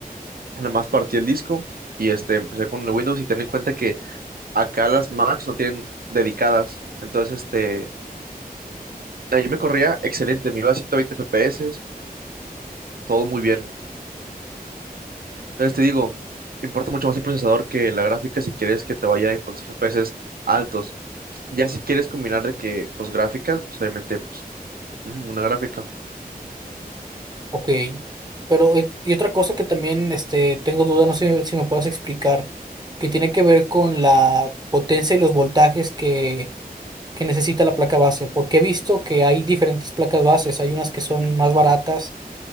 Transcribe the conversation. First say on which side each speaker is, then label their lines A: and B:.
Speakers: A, on the right; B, on the right.
A: Nada más partí el disco y este, empecé con el Windows y ten en cuenta que acá las Macs no tienen dedicadas. Entonces, este, ahí me corría excelente, me iba a 120 FPS, todo muy bien. Entonces te digo, importa mucho más el procesador que la gráfica si quieres que te vaya a los FPS altos. Ya si quieres combinar de que, pues gráficas, pues obviamente, pues ujú, una gráfica.
B: Ok. Pero, eh, y otra cosa que también este, tengo duda, no sé si me puedas explicar, que tiene que ver con la potencia y los voltajes que, que necesita la placa base. Porque he visto que hay diferentes placas bases. Hay unas que son
A: Ujú,
B: más baratas,